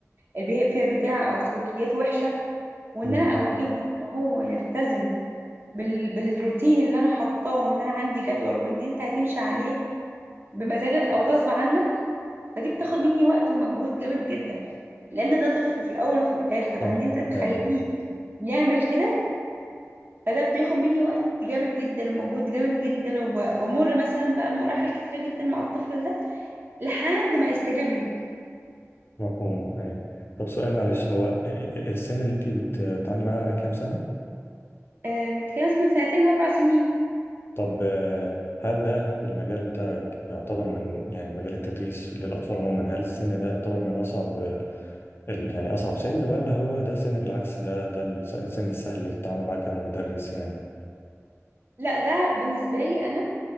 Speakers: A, on the right (about 40°); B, on the left (about 45°).
A: البيهيفير بتاعه او سلوكياته وحشه وان
B: مم.
A: انا اوجهه ان هو يلتزم بال- بالروتين اللي انا حطاه وان انا عندي جدول وان انت هتمشي عليه بمزاجك او غصب عنك فدي بتاخد مني وقت ومجهود جامد جدا لان ده طفل في الاول وفي الاخر فان
B: صح
A: انت تخليه
B: ايوه
A: يعمل كده فده بياخد مني وقت جامد جدا ومجهود جامد جدا وبمر مثلا بقى بمراحل كتيرة جدا مع الطفل ده لحد ما يستجيب لي
B: مفهوم أي طب سؤال معلش هو السن اللي أنت بت- بتتعاملي معاه كام سنة؟
A: أم، بتتكلم مثلا من سنتين لأربع سنين
B: طب آه، هل ده في المجال بتاعك يعتبر من يعني مجال التدريس للأطفال عموما هل السن ده يعتبر من أصعب ال- يعني أصعب سن ولا هو ده سن بالعكس ده ده الس- السن السهل للتعامل معاه كمدرس يعني؟
A: لا ده بالنسبة لي أنا